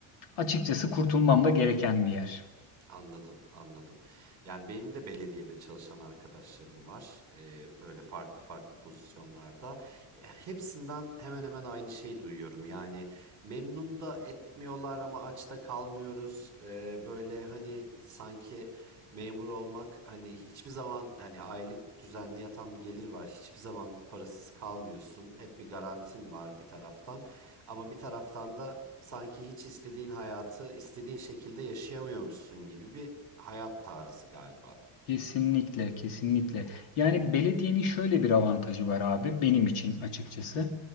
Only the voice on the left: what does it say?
açıkçası kurtulmam da gereken bir yer.
Kesinlikle, kesinlikle. Yani belediyenin şöyle bir avantajı var abi benim için açıkçası.